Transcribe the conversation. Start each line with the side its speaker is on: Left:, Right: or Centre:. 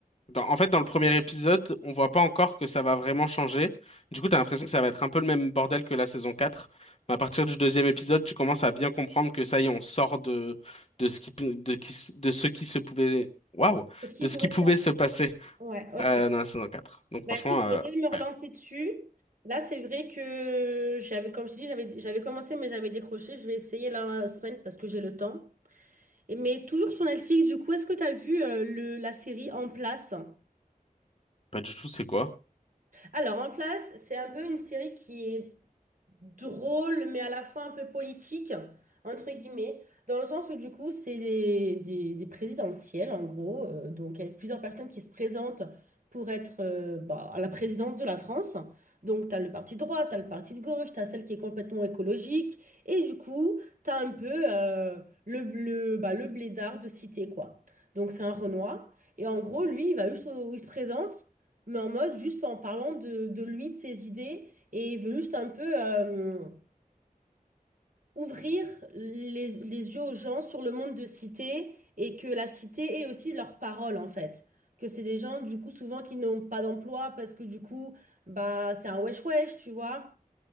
Left: Dans- en fait, dans le premier épisode, on voit pas encore que ça va vraiment changer. Du coup, t'as l'impression que ça va être un peu le même bordel que la saison 4. Mais à partir du deuxième épisode, tu commences à bien comprendre que ça y est, on sort de, de ce qui, peut- de, qui s- de ce qui se pouvait, waouh,
Right: Ce qui
Left: de
Right: pouvait
Left: ce qui pouvait
Right: se passer.
Left: se passer,
Right: Ouais, ok.
Left: euh, dans la saison quatre. Donc,
Right: Bah
Left: franchement,
Right: écoute, je
Left: euh,
Right: vais essayer de me relancer
Left: ouais,
Right: dessus. Là, c'est vrai que j'avais, comme je dis, j'avais, j'avais commencé, mais j'avais décroché. Je vais essayer la semaine parce que j'ai le temps. Et, mais toujours sur Netflix, du coup, est-ce que tu as vu euh, le, la série En Place?
Left: pas du tout, c'est quoi?
Right: Alors, En place, c'est un peu une série qui est drôle, mais à la fois un peu politique, entre guillemets, dans le sens où du coup, c'est des, des, des présidentielles, en gros. Euh, donc, il y a plusieurs personnes qui se présentent pour être euh, bah, à la présidence de la France. Donc, tu as le parti de droite, tu as le parti de gauche, tu as celle qui est complètement écologique. Et du coup, tu as un peu euh, le, le, bah, le blédard de cité, quoi. Donc, c'est un Renoir. Et en gros, lui, il va juste euh, où il se présente mais en mode juste en parlant de, de lui, de ses idées, et il veut juste un peu euh, ouvrir les, les yeux aux gens sur le monde de cité et que la cité est aussi leur parole en fait. Que c'est des gens du coup souvent qui n'ont pas d'emploi parce que du coup bah c'est un wesh wesh, tu vois.